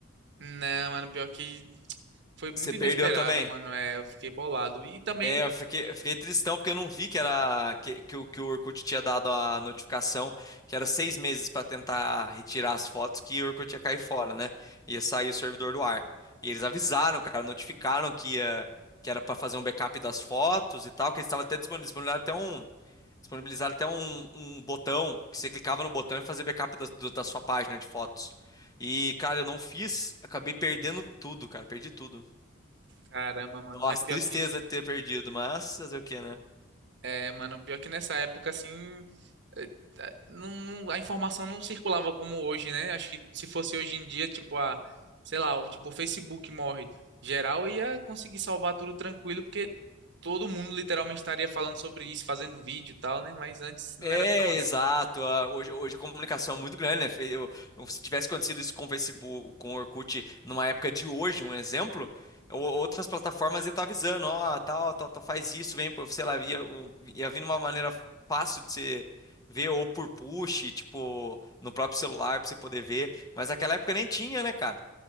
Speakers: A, on the right; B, on the left.
A: Não, mano, pior que foi muito
B: Você perdeu
A: inesperado,
B: também.
A: mano. É, eu fiquei bolado. E também,
B: É, eu fiquei, eu fiquei tristão porque eu não vi que era que, que, o, que o Orkut tinha dado a notificação que era seis meses para tentar retirar as fotos que o Orkut ia cair fora, né? Ia sair o servidor do ar. E eles avisaram, cara, notificaram que ia, que era para fazer um backup das fotos e tal, que eles estavam até disponibilizaram até um disponibilizaram até um, um botão que você clicava no botão e fazia backup da, do- da sua página de fotos. E, cara, eu não fiz, acabei perdendo tudo, cara, perdi tudo.
A: caramba, mano,
B: Nossa,
A: mas pior
B: tristeza
A: que
B: de ter perdido, mas fazer o quê, né?
A: É, mano, pior que nessa época, assim, eh, eh, não, não- a informação não circulava como hoje, né? Acho que se fosse hoje em dia, tipo, a, sei lá, o, tipo, o Facebook morre geral, ia conseguir salvar tudo tranquilo, porque todo mundo literalmente estaria falando sobre isso, fazendo vídeo e tal, né? Mas antes não
B: É,
A: era tão assim.
B: exato. Ah, Hoje, hoje a comunicação é muito grande, né? Fe- Eu, eu- se tivesse acontecido isso com o Facebook, com o Orkut, numa época de hoje, um exemplo, o- outras plataformas iam estar avisando, ó, tal, tal, tal, faz isso, vem, pô, sei lá, ia, o- ia vir de uma maneira fácil de você ver, ou por push, tipo, no próprio celular, pra você poder ver. Mas naquela época nem tinha, né, cara?